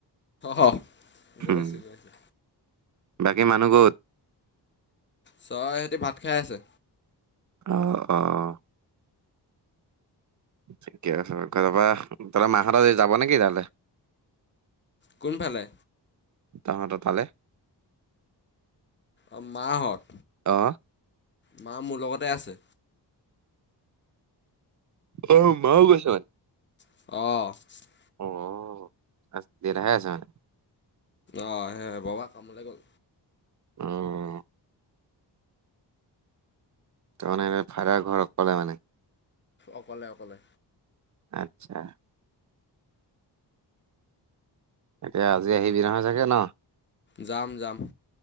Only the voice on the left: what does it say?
অ', গৈছো
গৈছো।
চব সিহঁতি ভাত খাই আছে।
কোনফালে?
অঁ', মা হঁত
মা মোৰ লগতে আছে।
অ'।
অ', সেয়ে বাবা কামলৈ গ'ল।
অকলে অকলে।
যাম যাম।